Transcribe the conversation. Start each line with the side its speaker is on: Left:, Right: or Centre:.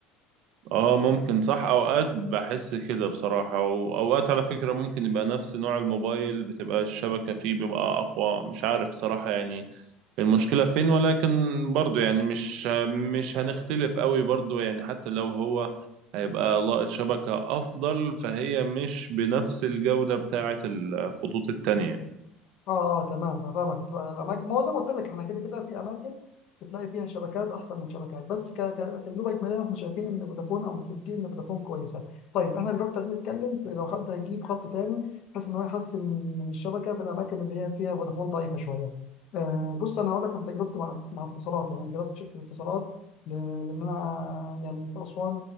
Right: اه ممكن صح اوقات بحس كده بصراحة واوقات على فكرة ممكن يبقى نفس نوع الموبايل بتبقى الشبكة فيه بيبقى اقوى مش عارف بصراحة يعني المشكلة فين ولكن برضو يعني مش مش هنختلف قوي برضو يعني حتى لو هو هيبقى لاقط شبكة افضل فهي مش بنفس الجودة بتاعة الخطوط التانية
Left: اه اه تمام فاهمك بتبقى الاماكن ما هو زي ما قلت لك احنا كده كده في اماكن بتلاقي فيها شبكات احسن من شبكات بس ك- كتجربه اجماليه احنا شايفين ان فودافون او متفقين ان فودافون كويسه طيب احنا دلوقتي عايزين نتكلم في لو حد هيجيب خط تاني بحيث ان هو يحسن من الشبكه في الاماكن اللي هي فيها فودافون ضعيفه شويه آه بص انا هقول لك عن تجربتي مع مع اتصالات يعني أنا جربت شركه اتصالات ل- لان انا يعني في اسوان